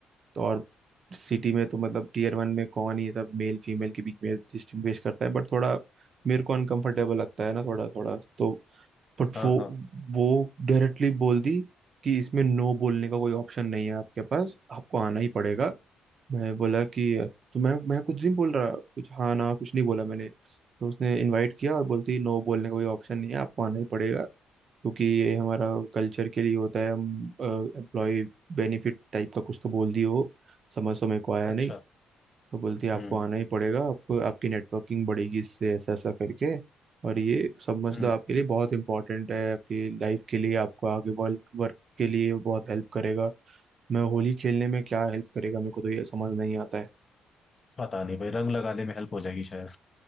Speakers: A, on the right; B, on the left.
A: तो और सिटी में तो मतलब टीयर वन में कौन ही सब मेल फीमेल के बीच में डिस्टिंग्विश करता है बट थोड़ा मेरे को अनकंफर्टेबल लगता है ना थोड़ा थोड़ा तो बट
B: हाँ
A: वो
B: हाँ
A: वो डायरेक्टली बोल दी कि इसमें नो बोलने का कोई ऑप्शन नहीं है आपके पास आपको आना ही पड़ेगा मैं बोला कि तो मैं मैं कुछ नहीं बोल रहा कुछ हाँ ना कुछ नहीं बोला मैंने तो उसने इनवाइट किया और बोलती नो बोलने का कोई ऑप्शन नहीं है आपको आना ही पड़ेगा क्योंकि ये हमारा कल्चर के लिए होता है हम एम्प्लॉय बेनिफिट टाइप का कुछ तो बोल दिए हो समझ तो मेरे को आया
B: अच्छा
A: नहीं तो बोलती है आपको
B: हम्म
A: आना ही पड़ेगा आपको आपकी नेटवर्किंग बढ़ेगी इससे ऐसा ऐसा करके और ये सब मतलब
B: हम्म
A: आपके लिए बहुत इंपॉर्टेंट है आपकी लाइफ के लिए आपको आगे वर्क वर्क के लिए बहुत हेल्प करेगा मैं होली खेलने में क्या हेल्प करेगा मेरे को तो ये समझ नहीं आता है
B: पता नहीं भाई रंग लगाने में हेल्प हो जाएगी शायद